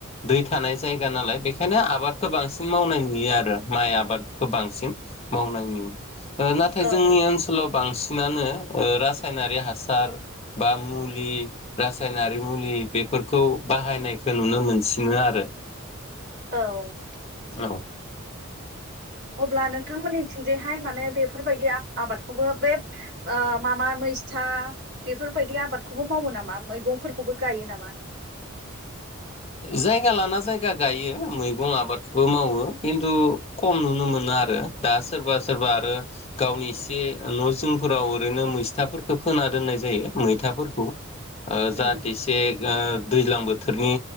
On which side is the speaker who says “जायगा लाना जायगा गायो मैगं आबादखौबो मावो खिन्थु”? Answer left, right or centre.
Left